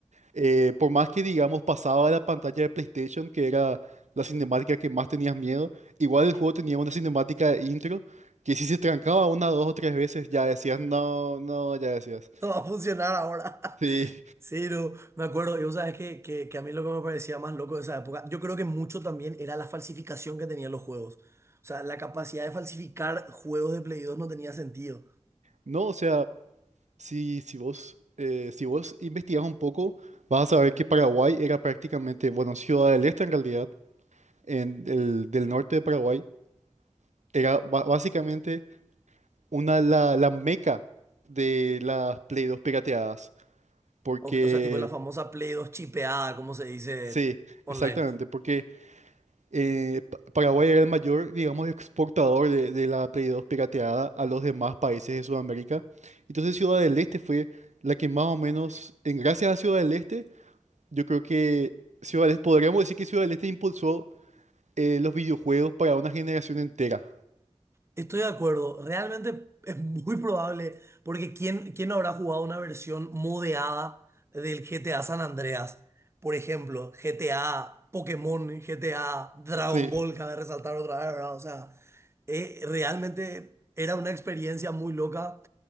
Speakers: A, on the right (about 85°); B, on the right (about 25°).
A: eh, por más que, digamos, pasaba la pantalla de PlayStation, que era la cinemática que más tenías miedo, igual el juego tenía una cinemática de intro que si se trancaba una, dos o tres veces, ya decías, no, no, ya decías.
B: No va a funcionar ahora. <laughs>
A: Sí,
B: Sí, no, me acuerdo, y vos sabes que, que, que a mí lo que me parecía más loco de esa época, yo creo que mucho también era la falsificación que tenían los juegos. O sea, la capacidad de falsificar juegos de Play 2 no tenía sentido.
A: no, o sea, si, si vos, eh, si vos investigas un poco, vas a saber que Paraguay era prácticamente, bueno, Ciudad del Este en realidad, en el, del norte de Paraguay, era ba- básicamente una, la, la meca de las Play 2 pirateadas, porque
B: O, o sea, tipo la famosa Play 2 chipeada, como se dice
A: Sí,
B: online.
A: exactamente, porque eh, Pa- Paraguay era el mayor, digamos, exportador de, de la Play 2 pirateada a los demás países de Sudamérica. Entonces Ciudad del Este fue la que más o menos, en gracias a Ciudad del Este, yo creo que Ciudad del Este, podríamos decir que Ciudad del Este impulsó eh, los videojuegos para una generación entera.
B: Estoy de acuerdo, realmente es muy probable, porque ¿quién, quién no habrá jugado una versión modeada del GTA San Andreas? Por ejemplo, GTA Pokémon, GTA Dragon
A: Sí,
B: Ball, cabe resaltar otra vez, ¿verdad? O sea, eh, realmente era una experiencia muy loca